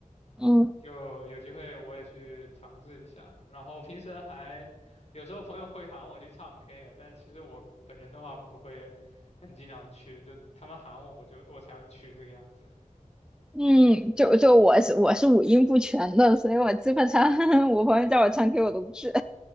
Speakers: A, in the centre; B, on the left.
A: 嗯
B: 就有机会我也去尝试一下。然后平时还有时候朋友会喊我去唱 K 啊，但是其实我本人的话不会很经常去，就他们喊我我就我才会去这个样子。
A: 嗯，就就我是我是五音不全的，所以我基本上 <laughs> 我朋友叫我唱 K 我都不去，